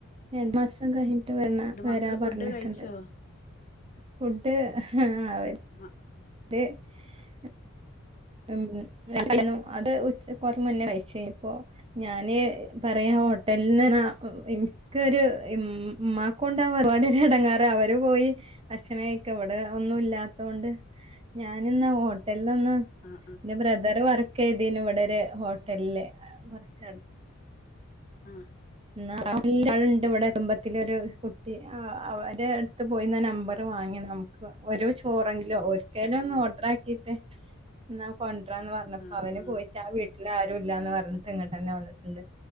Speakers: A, on the right; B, on the left.
A: എന്ത് <unintelligible> <unintelligible> ട്ട് <unintelligible> വരാ
B: മക്കള്
A: പറഞ്ഞിട്ട്ണ്ട്.
B: ഫുഡ് കഴിച്ചോ
A: ഫുഡ് <unintelligible>
B: ആഹ്
A: <unintelligible> ഉം <unintelligible> അത് ഉച്ച കൊറേ മുന്നേ കയിച്ചുകഴിഞ്ഞപ്പോ ഞാന് പറയാ ഹോട്ടൽന്ന് എനിക്കൊരു ഇമ്മാക്കുണ്ടാകും അതുപോലെരു ഇടങ്ങാറ് അവര് പോയി. ഭക്ഷണം കഴിക്കാൻ ഇവടെ ഒന്നും ഇല്ലാത്തൊണ്ട് ഞാന് ന്നാ ഹോട്ടൽ ന്നൊന്ന്
B: ആഹ്
A: ഇന്റെ ബ്രദർ വർ കയ്തീന് ഇവിടെ ഒരു ഹോട്ടൽല്. അഅ് കുറച്ചട്
B: ആഹ്
A: ന്നാ ഹോട്ടൽൻ്റെ ആള്ണ്ട് വടെ കുടുംബത്തിലൊരു കുട്ടി. അവരട്ത്ത് പോയി നമ്പർ വാങ്ങി നമുക്ക് ഒരു ചോറെങ്കിലോ ഒരിക്കയ്നും ഒന്ന് ഓർഡർ ആക്കിട്ട് എന്നാ കൊൻ ണ്ട്രാ ന്ന് പറഞ്ഞപ്പോ
B: ആഹ്
A: അവന്
B: ആഹ്
A: പോയിട്ട് ആ വീ ട്ടിലാരും ഇല്ലാന്ന് പറഞ്ഞിട്ട് ഇങ്ങട്ടന്നെ വന്നിട്ട്ണ്ട്.